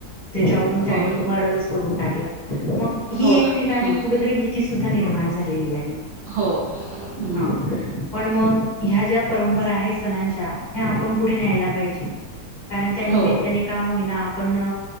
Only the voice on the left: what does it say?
त्याच्यावरून त्यानी
मर्डरच करून टाकला मग ही
एक
ठिकाणी
कुठेतरी भीती सुद्धा निर्माण झालेली आहे
हा पण मग ह्या ज्या परंपरा आहेत सणांच्या ह्या आपण पुढे न्यायला पाहिजे कारण त्या नििमित्ताने
आपण